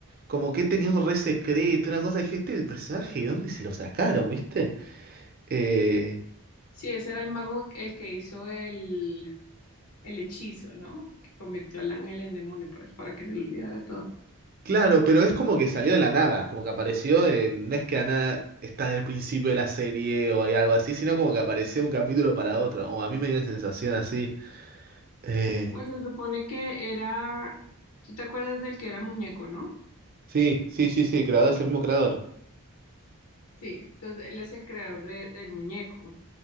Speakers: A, on the right; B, on the left.
A: como que tenía un re secreto, una cosa. Dije, este personaje, ¿de dónde se lo sacaron, viste? Eh,
B: Sí, ese era el mago el que hizo el, el hechizo, ¿no? Que convirtió al ángel en demonio para, para que se le olvidara todo.
A: claro, pero es como que salió de la nada, como que apareció, en- no es que nada está en el principio de la serie o hay algo así, sino como que apareció un capítulo para otro, o a mí me dio la sensación así. Eh,
B: Pues se supone que era, tú te acuerdas del que era muñeco, ¿no?
A: sí, sí, sí, sí, el creador es el mismo creador.
B: Sí, entonces él es el creador de- del muñeco,